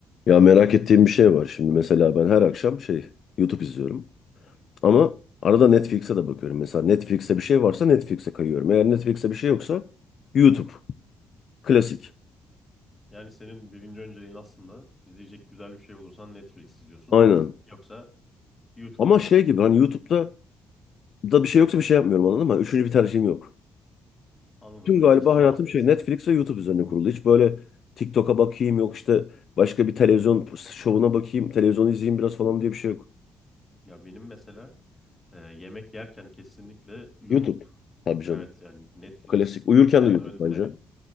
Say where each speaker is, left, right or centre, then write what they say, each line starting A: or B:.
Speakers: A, on the left (about 55°); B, on the left (about 20°).
A: Ya merak ettiğim bir şey var. Şimdi mesela ben her akşam şey YouTube izliyorum. Ama
B: Hı hı.
A: arada Netflix'e de bakıyorum. Mesela Netflix'te bir şey varsa Netflix'e kayıyorum. Eğer Netflix'te bir şey yoksa YouTube. Klasik.
B: Yani senin birinci önceliğin aslında izleyecek güzel bir şey bulursan Netflix izliyorsun.
A: Aynen.
B: Yoksa YouTube'da
A: Ama şey
B: geziyorsun.
A: gibi hani YouTube'da da bir şey yoksa bir şey yapmıyorum anladın mı? Üçüncü bir tercihim yok.
B: Anladım
A: Tüm
B: ya.
A: galiba
B: İkisi
A: hayatım
B: varsa
A: şey
B: ikisi.
A: Netflix ve YouTube üzerine kurulu. Hiç böyle TikTok'a bakayım yok işte başka bir televizyon şovuna bakayım, televizyonu izleyeyim biraz falan diye bir şey yok.
B: Ya benim mesela e, yemek yerken kesinlikle YouTube.
A: YouTube. Tabii canım.
B: Evet yani Netflix'den
A: Klasik. Uyurken de YouTube
B: önde.
A: bence.